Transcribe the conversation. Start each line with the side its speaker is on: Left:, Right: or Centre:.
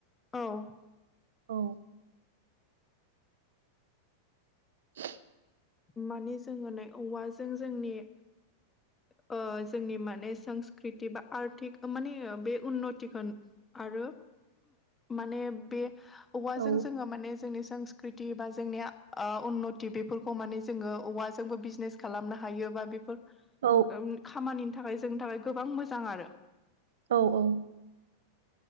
Left: औ
Right: औ <inaudible>
Left: माने जोङो नै औवाजों जोंनि जोंनि माने संस्कृति बा आर्थिक माने बे उन्नतिखौ आरो माने बे औवाजों
Right: औ
Left: जोङो माने जोंनि संस्कृति बा जोंनि उन्नथि बेफोरखौ जोङो औवाजोंबो बिजनेस खालामनो हायो बा बेफोर
Right: औ
Left: खामानिनि थाखाय जोंनि थाखाय गोबां मोजां आरो
Right: औ औ